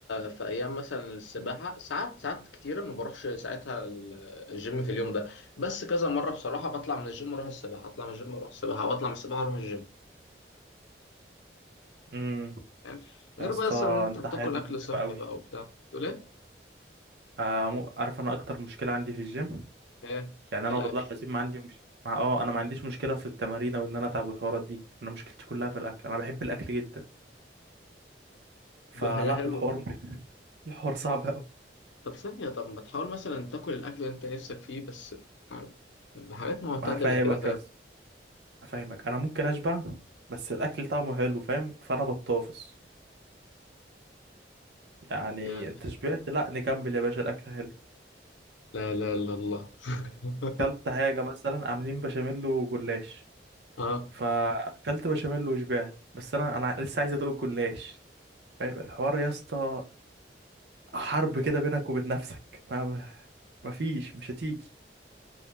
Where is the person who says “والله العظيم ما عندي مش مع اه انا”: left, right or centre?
Right